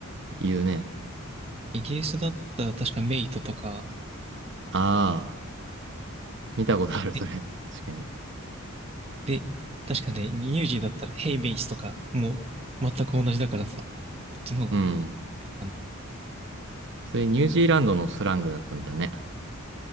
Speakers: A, on the right (about 60°); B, on the right (about 30°).
A: 言うね。
B: イギリスだったら確かメイトとか、
A: ああ。見たことある、それ。
B: え
A: <laughs> 確かに。
B: で、確かね、ニュージーだったらヘイメイツとか、もう全く同じだからさ、こっちの方がい
A: うん。
B: いかな。
A: それニュージーランドのスラングだったんだね。